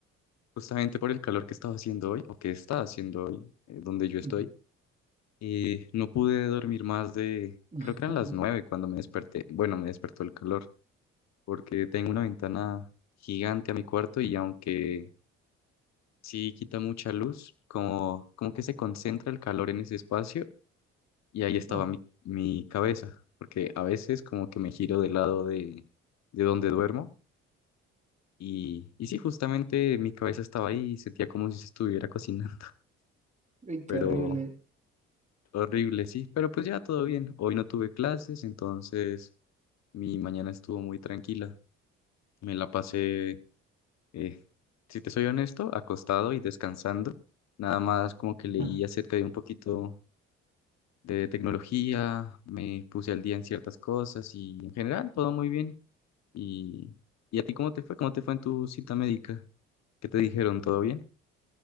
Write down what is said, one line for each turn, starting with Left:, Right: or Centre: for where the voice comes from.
Left: justamente por el calor que estaba haciendo hoy, o que está haciendo hoy, eh, donde yo estoy,
Right: <laughs>
Left: eh, no pude dormir más de,
Right: <laughs>
Left: creo que eran las nueve cuando me desperté. Bueno, me despertó el calor, porque tengo una ventana gigante a mi cuarto y aunque sí quita mucha luz, como, como que se concentra el calor en ese espacio y ahí estaba
Right: Oh,
Left: mi, mi cabeza, porque a veces como que me giro del lado de, de donde duermo Y, y sí, justamente mi cabeza estaba ahí y sentía como si se estuviera cocinando, <laughs>
Right: uy, qué
Left: pero
Right: horrible.
Left: horrible, sí, pero pues ya todo bien. Hoy no tuve clases, entonces mi mañana estuvo muy tranquila. Me la pasé, eh, si te soy honesto, acostado y descansando. Nada más como que
Right: Ajá.
Left: leí acerca de un poquito de tecnología, me puse al día en ciertas cosas y en general todo muy bien. ¿Y, y a ti cómo te fue? ¿Cómo te fue en tu cita médica? ¿Qué te dijeron? ¿Todo bien?